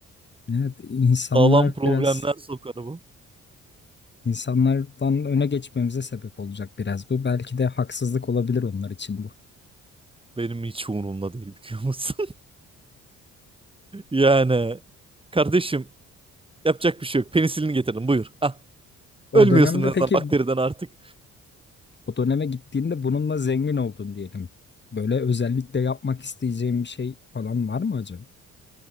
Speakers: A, on the left (about 35°); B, on the right (about 15°).
A: evet, insanlar
B: <laughs> sağlam problemler
A: biraz
B: sokar bu.
A: insanlardan öne geçmemize sebep olacak biraz bu. Belki de haksızlık olabilir onlar için bu.
B: Benim hiç umurumda değil biliyor musun? Yani kardeşim yapacak bir şey yok. Penisilini getirdim buyur. Ah,
A: O
B: ölmüyorsun
A: dönemde
B: en azından
A: peki
B: bakteriden artık.
A: o döneme gittiğinde bununla zengin oldun diyelim. Böyle özellikle yapmak isteyeceğim bir şey falan var mı acaba?